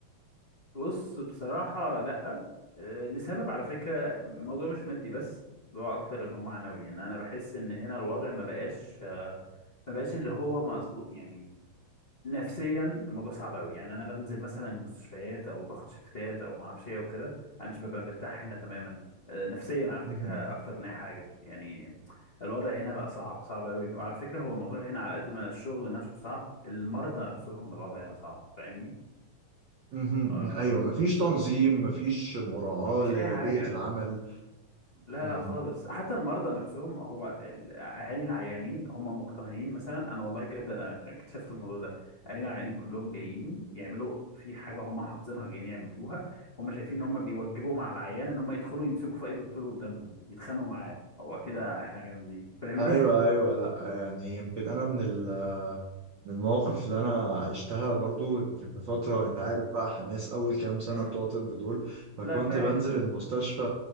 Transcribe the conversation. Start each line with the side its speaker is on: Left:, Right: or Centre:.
Left: بص بصراحة لأ آه، لسبب على فكرة الموضوع مش مادي بس هو أكتر إن هو معنوي إن أنا بحس إن هنا الوضع ما بقاش آه، ما بقاش اللي هو مظبوط يعني نفسيا الموضوع صعب قوي يعني انا بنزل مثلا المستشفيات او باخد شيفتات او ما اعرفش ايه وكده انا مش ببقى مرتاح هنا تماما آه، نفسيا على فكره
Right: مهم.
Left: اكتر من اي حاجه يعني الوضع هنا بقى صعب صعب قوي وعلى فكره هو الموضوع هنا على قد ما الشغل نفسه صعب المرضى نفسهم الوضع هنا صعب فاهمني
Right: مهم.
Left: آه،
Right: ايوه مفيش تنظيم مفيش مراعاة
Left: مش
Right: لبيئة
Left: اي حاجه
Right: العمل
Left: لا
Right: مهم.
Left: لا خالص حتى المرضى نفسهم هو الاهالي العيانين هم مقتنعين مثلا انا والله بجد انا اكتشفت الموضوع ده اهالي العيانين كلهم جايين يعملوا في حاجه هم حافظينها جايين يعملوها هم شايفين ان هم بيوجبوا مع العيان ان هم يدخلوا يمسكوا في اي دكتور قدامهم يتخانقوا معاه هو كده احنا جامدين فاهمني
Right: ايوه ايوه لا يعني يمكن انا من ال من المواقف اللي انا
Left: <laughs>
Right: عشتها برضو يمكن في فتره انت عارف بقى حماس اول كام سنه
Left: مم.
Right: بتوع طب دول فكنت
Left: لا فاهم
Right: بنزل
Left: فاهم
Right: المستشفى